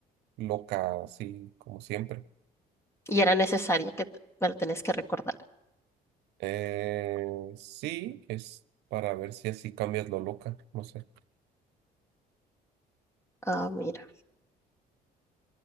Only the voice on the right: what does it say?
loca, así como siempre.
Eh, sí, es para ver si así cambias lo loca, no sé.